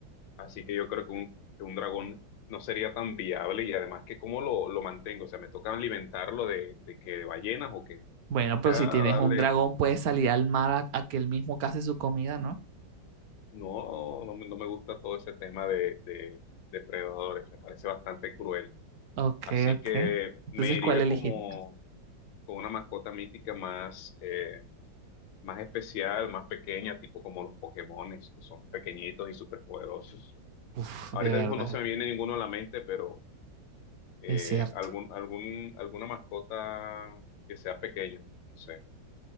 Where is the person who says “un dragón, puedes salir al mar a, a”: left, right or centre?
Right